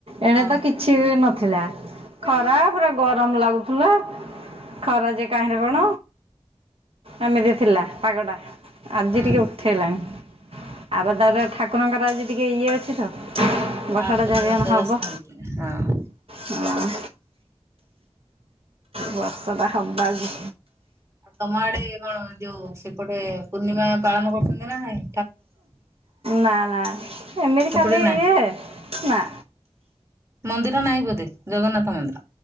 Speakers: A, on the right (about 65°); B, on the right (about 25°).
A: ଏଣେ
B: ହଁ
A: ତ କିଛି ବି ନଥିଲା। ହେଲା ଖରା ପୁରା ଗରମ ଲାଗୁଥିଲା, ଖରା ଯେ କାହିଁରେ କଣ ଏମିତି ଥିଲା ପାଗଟା ଆଜି
B: ହଁ
A: ଟିକେ ଉଠେଇଲାଣି। ଆପ ତାର ଠାକୁରଙ୍କର ଆଜି ଟିକେ ଇଏ ଅଛି ତ
B: ହଁ
A: ବର୍ଷାଟା
B: ପୂର୍ଣ୍ଣିମା
A: ଯଦି
B: ଦେବସ୍ନାନ
A: ହବ।
B: ପୂର୍ଣ୍ଣିମା ହଁ।
A: ହଁ। ବର୍ଷା ଟା ହବ ଆଜି।
B: ତମ ଆଡେ କଣ ଯୋଉ ସେପଟେ ପୂର୍ଣ୍ଣିମା ପାଳନ କରୁଛନ୍ତି ନା ନାହିଁ?
A: ନା ନା ଏମିତି
B: ସେପଟେ
A: ଖାଲି
B: ନା
A: ଇଏ ନା।
B: ମନ୍ଦିର ନାହିଁ ବୋଧେ ଜଗନ୍ନାଥ ମନ୍ଦିର